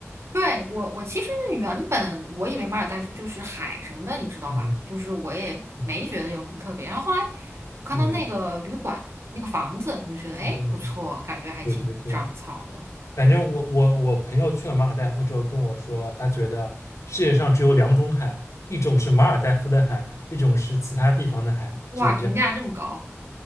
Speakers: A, on the right (about 65°); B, on the left (about 80°).
A: 对，我，我其实原本我以为马尔代夫就是海什么的，你知道吧？
B: 嗯
A: 就是我也没觉得有什么特别。
B: 嗯。
A: 然后后来看到那个旅馆那个房子，
B: 嗯
A: 我就觉得哎不错，
B: 嗯，
A: 感觉还挺长草的。
B: 对对对，反正我我我朋友去了马尔代夫之后跟我说，他觉得世界上只有两种海，一种是马尔代夫的海，一种是其他地方的海，
A: 哇，
B: 就是这样。
A: 评价这么高，